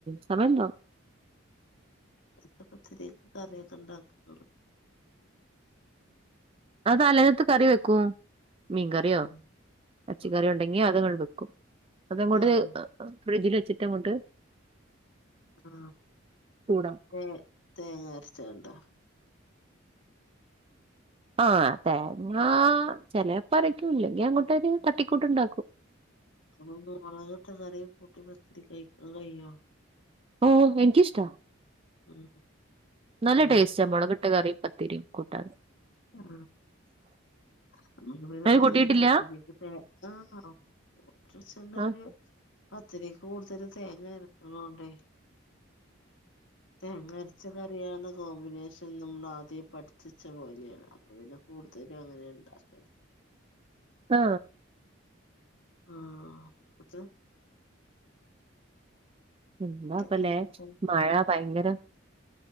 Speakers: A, on the right; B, on the left.
A: സമയണ്ടാവും
B: ചുട്ട പത്തിരീക്ക് കറിയൊക്കെ ഇണ്ടാക്ക <unintelligible>
A: ആ തലേന്നത്തെ കറി വെക്കും മീൻകറിയോ
B: ഉം
A: എർച്ചി
B: ഉം
A: കറിയോ ഇണ്ടങ്കി അതങ്ങട് വെക്കും അതങ്ങോട്ട്
B: ഉം
A: ഫ്രിഡ്ജില് വെച്ചിട്ടങ്ങോട്ട്
B: ആ
A: ചൂടാവും
B: തെ തേങ്ങ അര്ചാണ്ടോ
A: ആ തേങ്ങ ആ ചേലെപ്പരക്കും ഇല്ലെങ്കി അങ്ങോട്ടരു തട്ടിക്കൂട്ട് ഇണ്ടാക്കും
B: അപ്പൊ മൊളകിട്ട കറി കൂട്ടി പത്തിരി കഴിക്കാൻ കയ്യോ
A: ഓ എൻക്ക് ഇഷ്ട
B: ഉം
A: നല്ല
B: അത്
A: ടേസ്റ്റ
B: ശരി
A: മൊള ട്ട കറിം പത്തിരിം കൂട്ടാൻ
B: ആ <unintelligible>
A: അത്
B: പൊതുവെ
A: കൂട്ടിയിട്ടില്ല
B: പത്തിരീക്ക് തെ ആ <unintelligible>
A: ആഹ്
B: പത്തിരീക്ക് കൂടുതല് തേങ്ങ അരക്ക്ണോണ്ടെ തേങ്ങ അര്ച്ച കറിയാണ് കോമ്പിനേഷ നമ്മള് ആദ്യേ പഠിച്ചച്ച പോലെയാണ് അപ്പൊ പിന്നെ കൂടുതലും അങ്ങനെ ഇണ്ട <unintelligible>
A: ആ
B: ആ ഉച്ച
A: എന്താപ്പ
B: എന്തൊക്കെ
A: ലെ
B: കൂട്ടാൻ
A: മഴ ഭയങ്കര